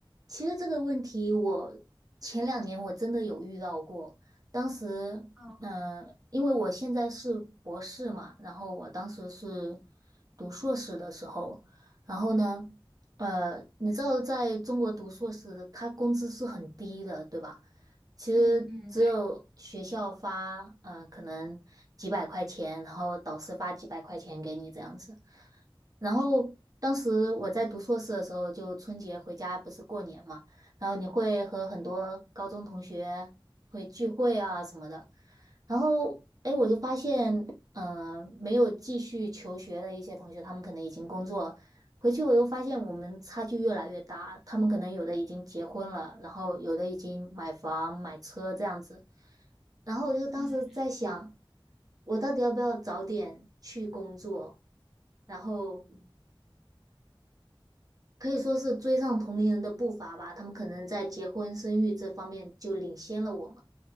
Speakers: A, on the right; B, in the centre.
A: 其实这个问题我前两年我真的有遇到过。当时，
B: 嗯
A: 嗯、因为我现在是博士嘛，然后我当时是读硕士的时候，然后呢，呃，你知道在中国读硕士的他工资是很低的，对吧？其实只有学校发，
B: 嗯嗯嗯对，
A: 嗯、可能几百块钱，然后导师发几百块钱给你这样子。然后当时我在读硕士的时候，就春节回家不是过年嘛，然后你会和很多高中同学会聚会啊什么的，
B: 嗯
A: 然后哎，诶我就发现，嗯，没有继续求学的一些同学，他们可能已经工作，回去我又发现我们差距越来越大，他们可能有的已经结婚了，然后有的已经买房买车这样子。然后我就当时在想，
B: 嗯
A: 我到底要不要早点去工作？然后可以说是追上同龄人的步伐吧，他们可能在结婚生育这方面就领先了我们，